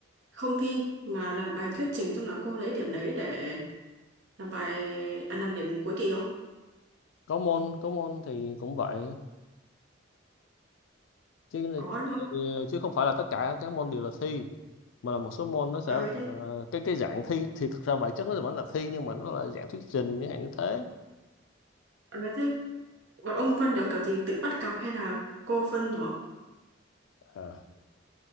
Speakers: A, on the right (about 70°); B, on the left (about 75°).
A: không thi mà làm bài thuyết trình xong là cô lấy điểm đấy để làm bài à, làm điểm cuối kỳ không?
B: Có môn, có môn thì cũng vậy. Chứ là-
A: Có đúng không?
B: ờ, chứ không phải là tất cả các môn đều là thi, mà là một số môn nó sẽ
A: Ờ
B: là
A: thế,
B: cái cái dạng thi thì thực ra bản chất nó vẫn là thi nhưng mà nó là dạng thuyết trình như hạn như thế.
A: ờ, thế bọn ông phân nhóm kiểu gì tự bắt cặp hay là cô phân nhóm?
B: À,